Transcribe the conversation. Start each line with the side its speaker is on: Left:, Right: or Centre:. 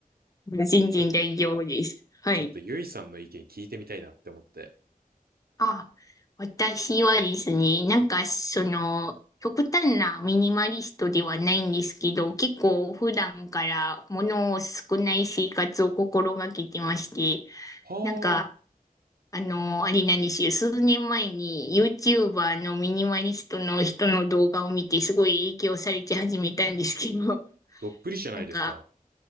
Left: 新人大丈夫です。
Right: ちょ、
Left: はい。
Right: ちょっとゆいさんの意見聞いてみたいなって思って。
Left: あ、私はですね、なんかその、極端なミニマリストではないんですけど、結構普段から物を少ない生活を心がけてまして、
Right: はあ、
Left: なんか、あの、あれなんですよ、数年前に YouTuber のミニマリストの人の動画を見て、すごい影響されて始めたんですけど、
Right: どっぷりじゃないですか。
Left: なんか、